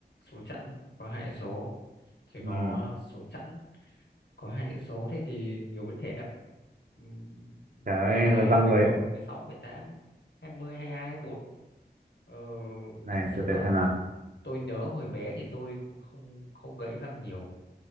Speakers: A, on the left; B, on the right.
A: số chẵn có hai chữ số, chỉ
B: ừ.
A: có số chẵn có hai chữ số thế thì nhiều biến thể lắm. Ừm,
B: trời
A: 12,
B: ơi là văng
A: 14,
B: người
A: 16, 18, 20, 22, 24 Ờ,
B: này
A: răng sữa
B: từ từ
A: à?
B: xem nào
A: Tôi nhớ hồi bé thì tôi cũng không không gãy răng nhiều,